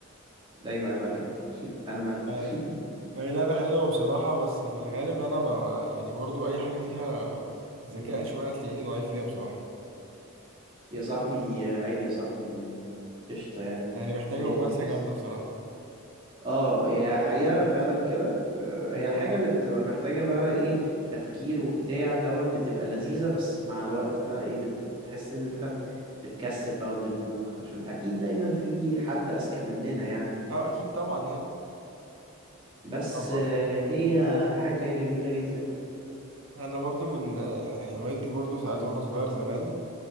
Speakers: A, on the right; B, on the right.
A: ده ايوه عيب عليك <laughs> انا ملك
B: لا
A: <laughs>
B: لا ما هي لعبه حلوه بصراحه بس في الغالب انا ما ما- يعني برضه اي حاجه فيها ذكاء
A: مم.
B: شويه هتلاقيني ضعيف فيها بصراحه
A: يا صاحبي آه، عادي يا صاحبي آه، قشطة يعني
B: يعني محتاجه
A: الدنيا
B: ممارسه
A: بيس
B: جامده بصراحه
A: اه هي حقيقة فعلا كده آه، هي الحاجة اللي بتبقى محتاجة بقى ايه تفكير وبتاع دوت بتبقى لذيذة بس مع الوقت بقى ايه بتحس ان انت بتكسل بقى وبتبوخ عشان اكيد دايما في حد اذكى مننا يعني
B: اه اكيد طبعا يعني
A: بس
B: طبعا
A: آه، هي حاجة جميلة جدا
B: انا برضو من آه، هوايتي برضو ساعات
A: مم.
B: وانا صغير زمان